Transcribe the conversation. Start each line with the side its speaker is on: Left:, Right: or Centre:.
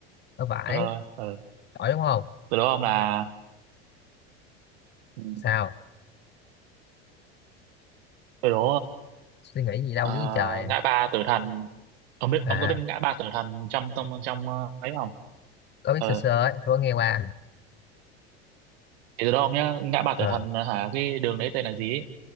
Left: tổ vải
Right: thôi thôi thôi. ừ.
Left: tỏi đúng không
Right: tôi đố ông là Ừ.
Left: sao
Right: Cái đó
Left: suy nghĩ gì đâu
Right: ờ,
Left: dưới trời
Right: ờ, ngã ba Tử Thần ông biết
Left: à
Right: ông có biết ngã ba Tử Thần trong trong trong ờ, ấy không?
Left: có biết
Right: Ờ
Left: sơ sơ ấy tôi có nghe qua
Right: thì từ đó ông nhá ngã ba
Left: ờ
Right: Tử Thần ờ, hả cái đường đấy tên là gì? ấy?